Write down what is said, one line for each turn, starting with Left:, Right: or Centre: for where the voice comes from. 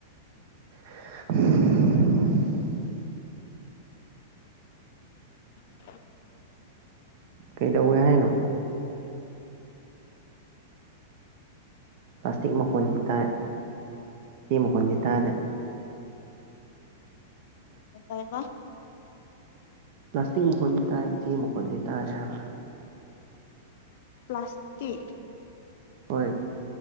Right: <unintelligible>
Left: ꯎꯝ
Right: ꯀꯩꯗ ꯎ ꯌꯥ ꯍꯥꯏꯅ ꯄ꯭ꯂꯥꯁꯇꯤꯛ ꯃꯈꯣꯟꯜꯗꯤ ꯇꯥꯏ ꯏꯆꯦ ꯃꯈꯣꯟꯜꯗꯤ ꯇꯥꯔꯦ
Left: ꯇꯥꯏꯕ
Right: ꯄ꯭ꯂꯥꯁꯇꯤꯛ ꯃꯈꯣꯟꯜꯗꯤ ꯇꯥꯏ ꯏꯆꯦ ꯃꯈꯣꯟꯜꯗꯤ ꯇꯥꯔꯦ ꯍꯥꯏꯕꯥ
Left: ꯄ꯭ꯂꯥꯁꯇꯛ
Right: ꯍꯣꯏ